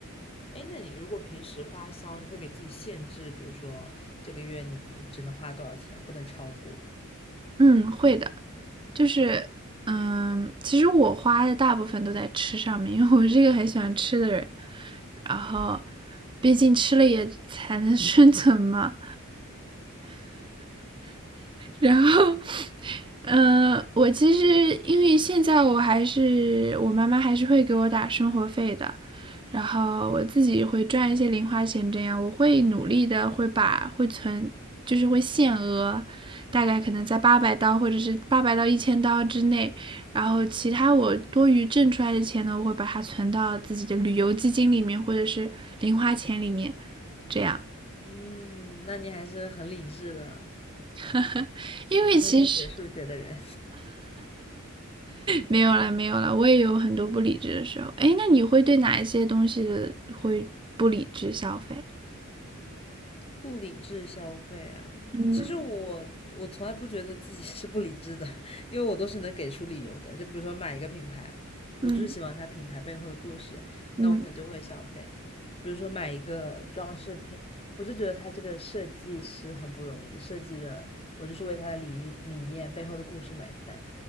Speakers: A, on the left; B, on the right.
A: 哎，那你如果平时花销，你会给自己限制，比如说这个月你只能花多少钱，不能超过。
B: 嗯，会的，就是，嗯，其实我花的大部分都在吃上面，因为我是一个很喜欢吃的人，然后，毕竟吃了也才能 <laughs> 生存嘛，然后，嗯、呃我其实因为现在我还是我妈妈还是会给我打生活费的，然后我自己会赚一些零花钱，这样我会努力的会把会存，就是会限额，大概可能在八百刀或者是八百到一千刀之内，然后其他我多余挣出来的钱呢，我会把它存到自己的旅游基金里面或者是零花钱里面，这样，
A: 嗯，那你还是很理智的，
B: <laughs> 因为其实。
A: 不愧是学数学的人。
B: 没有啦，没有啦，我也有很多不理智的时候。哎，那你会对哪一些东西的会不理智消费？
A: 不理智消费啊，
B: 嗯
A: 其实我我从来不觉得自己是不理智的，<laughs> 因为我都是能给出理由的。就比如说买一个品牌，我就是喜欢它品牌背后的故事，
B: 嗯嗯
A: 那我可能就会消费。比如说买一个装饰品，我就觉得它这个设计师很不容易，设计的我就是为它的理理念背后的故事买单。